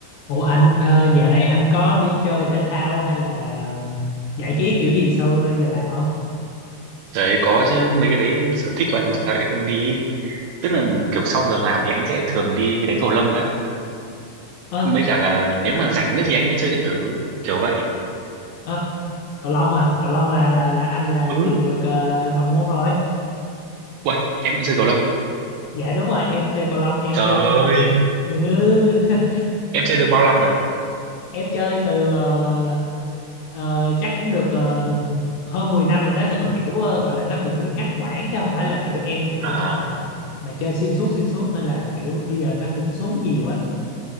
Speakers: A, on the left; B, on the right.
A: Ủa anh ờ, dạo này anh có đi chơi thể thao hay là ừm, giải trí kiểu gì sau ờ, giờ làm không?
B: Đấy có chứ mấy cái đấy sở thích của anh mà sao lại không đi tức là kiểu sau giờ làm thì anh sẽ thường đi đánh cầu lông á
A: Ơ
B: mới cả là nếu mà rảnh nữa thì anh mới chơi điện tử kiểu vậy
A: ơ cầu lông à, cầu lông là là là anh là
B: ừ
A: tìm được ờ, đồng môn rồi.
B: uầy em cũng chơi cầu lông
A: Dạ đúng rồi, em chơi cầu lông, em
B: trời
A: chơi
B: ơi
A: ừ, <laughs>
B: em chơi được bao năm rồi
A: em chơi từ ờ, ờ, chắc cũng được ờ, hơn 10 năm rồi đó nhưng mà kiểu ờ, gọi là nó cũng bị ngắt quãng chứ không phải là kiểu em kiểu
B: à
A: mà mà chơi xuyên suốt xuyên suốt nên là kiểu bây giờ nó cũng xuống nhiều á.